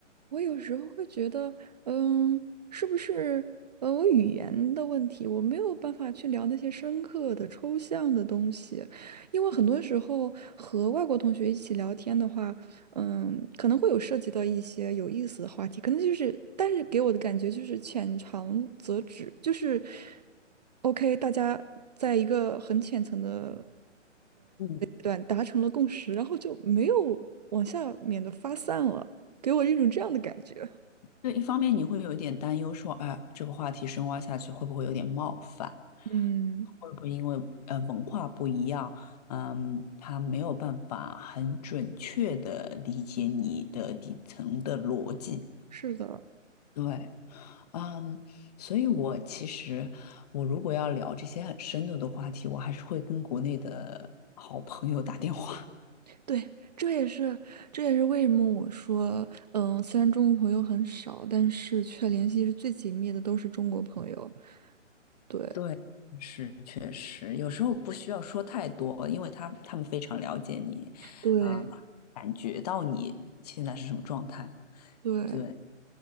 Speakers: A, on the right; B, on the left.
A: 我有时候会觉得，嗯，是不是呃，我语言的问题，我没有办法去聊那些深刻的、抽象的东西，因为很多时候和外国同学一起聊天的话，嗯，可能会有涉及到一些有意思的话题，可能就是，但是给我的感觉就是浅尝辄止，就是 OK，大家在一个很浅层的。
B: 嗯
A: 对，达成了共识，然后就没有往下面的发散了，给我一种这样的感觉。
B: 对，一方面你会有一点担忧说，哎，这个话题深挖下去会不会有点冒犯？
A: 嗯，
B: 会不会因为呃文化不一样，嗯，他没有办法很准确的理解你的底层的逻辑？
A: 是的，
B: 对，嗯，所以我其实我如果要聊这些很深度的话题，我还是会跟国内的好朋友打电话。
A: 对，这也是这也是为什么我说，嗯，虽然中国朋友很少，但是却联系是最紧密的都是中国朋友。对，
B: 对，是确实，有时候不需要说太多，因为他他们非常了解你，
A: 对。
B: 啊，感觉到你现在是什么状态。
A: 对，
B: 对，